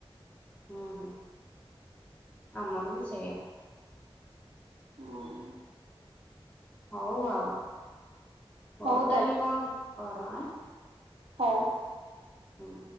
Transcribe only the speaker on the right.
ଅଂଗ।
ହଉ
ହୋଉ